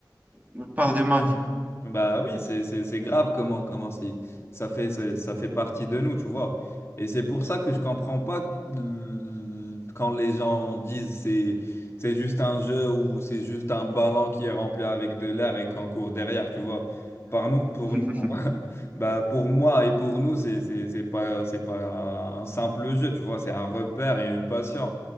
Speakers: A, on the right; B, on the left.
A: une part de ma vie.
B: Bah oui, c'est c'est c'est grave comment comment c'est ça fait ça, ça fait partie de nous, tu vois. Et c'est pour ça que je comprends pas l- quand les gens disent c'est c'est juste un jeu ou c'est juste un ballon qui est rempli avec de l'air et qu'on court derrière, tu vois. Par nous pour,
A: <laughs>
B: pour- <laughs> bah pour moi et pour nous, c'est c'est c'est pas c'est pas un simple jeu, tu vois, c'est un repère et une passion.